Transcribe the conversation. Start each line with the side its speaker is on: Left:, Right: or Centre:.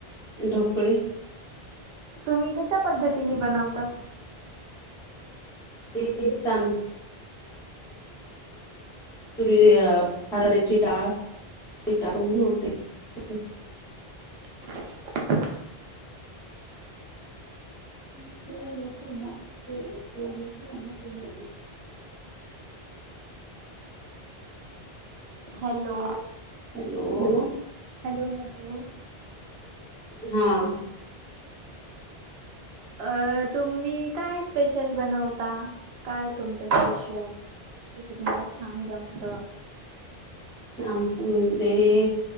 Centre: ढोकळी
Right: तुम्ही कशा पद्धतीने बनवतात
Centre: तितन तर हरऱ्याची डाळ ते टाकून ढोकळी बनवायची
Right: आवाज नीट ऐकू येत नाही हम्म
Centre: तुला येतोय ना येतोय तुला येतोय ना
Right: हॅलो
Centre: हॅलो
Right: हॅलो हॅलो
Centre: हा
Right: अ तुम्ही काय स्पेशल बनवता काय तुमचं स्पेश तुम्हाला छान जमत
Centre: आमच म्हणजे